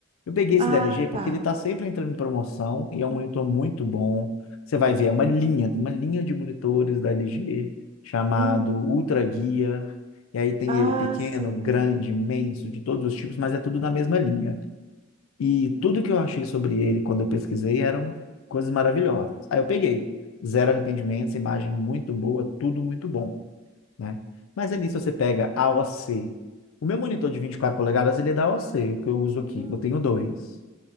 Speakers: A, on the left (about 80°); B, on the right (about 30°).
A: Eu peguei esse
B: Ah,
A: da LG porque
B: tá.
A: ele está sempre entrando em promoção e é um monitor muito bom. Você vai ver, é uma linha, tem uma linha de monitores da LG chamado
B: Uhum.
A: Ultra Gear. E aí tem
B: Ah,
A: ele pequeno,
B: sim.
A: grande, imenso, de todos os tipos, mas é tudo na mesma linha. E tudo que eu achei sobre ele quando eu pesquisei eram coisas maravilhosas. Aí eu peguei. Zero arrependimentos, imagem muito boa, tudo muito bom, né? Mas ali, se você pega AOC, o C, o meu monitor de 24 polegadas, ele é da AOC, o C, o que eu uso aqui,
B: Hum.
A: eu tenho dois.